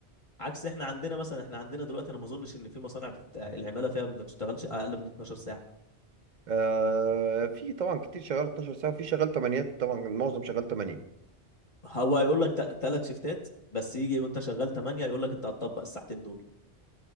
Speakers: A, on the left (about 30°); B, on the right (about 50°).
A: عكس احنا عندنا مثلا احنا عندنا دلوقتي انا ما اظنش ان في مصانع بت... العماله فيها ما بتشتغلش اقل من 12 ساعه
B: آه في طبعا كتير شغال 12 ساعة وفي شغال 8 طبعا معظم شغال 8
A: هو هيقول لك ثلاث شيفتات بس يجي وانت شغال 8 يقول لك انت هتطبق الساعتين دول